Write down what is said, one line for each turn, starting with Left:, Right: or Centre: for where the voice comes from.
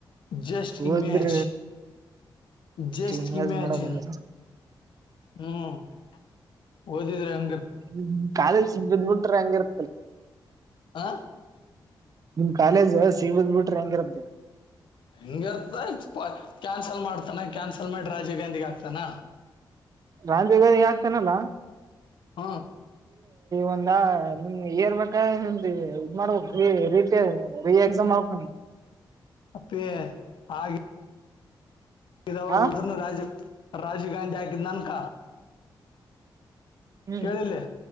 Left: ಜಸ್ಟ್
Right: ಹೋದ್ರ
Left: ಇಮೇಜ್ ಜಸ್ಟ್
Right: ಇನ್ವೆಸ್ಟ್
Left: ಇಮ್ಯಾಾಜನ್
Right: ಮಾಡಕ್
Left: ಹ್ಮ್ದಿದ್ರ
Right: ಹ್ಮ ಕಾಲೇಜ್ ಬದ್ಬ ಬಿಟ್ರ ಹಂಗರ್
Left: ಹ
Right: ನಿಮ್ ಕಾಲೇಜ್ ಸಿಲ್ ಬಿಟ್ರೆ ಹೆಂಗಿರದ
Left: ಹಂಗ ಇರ್ತ ಕ್ಯಾನ್ಸಲ್ ಮಾಡ್ತಾನ ಕ್ಯಾನ್ಸಲ್ ಮಾಡಿ ರಾಜೀವ್ ಗಾಂಧಿ ಆಾಕ್ತಾನ
Right: ರಜಗ ಆಗ್ತನಲ್ಲ
Left: ಹ್ಮ
Right: ಒಂದ ನಿಮ್ ಇಏರ್ಬೇಕ ನಿಮ್ದ ಇದ ಮಾಡ್ಬೇಕಕ್ಟ ರೀ ಎಕ್ಸಾಮ್ ಆ <inaudible>
Left: ಅಪ್ಪೇ ಹಾಗೆ ಇದಾವಾಗ
Right: ಹಾ
Left: ಉಳಿದರ್ನ ರಾಜೀವ್ ರಾಜೀವ್ ಗಾಂಧಿ ಆಕಿದ ನನ್ಕ
Right: ಹ್ಮ್
Left: ಕೇಳಿಲ್ಲಿ